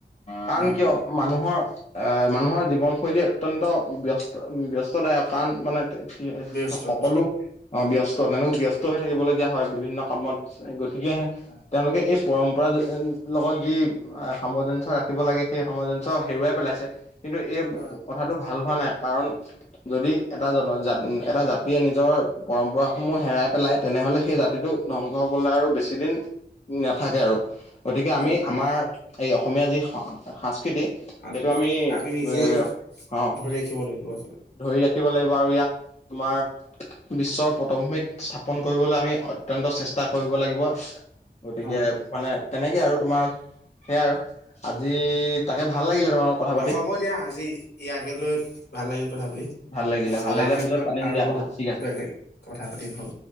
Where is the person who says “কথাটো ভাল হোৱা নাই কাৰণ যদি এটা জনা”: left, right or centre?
Left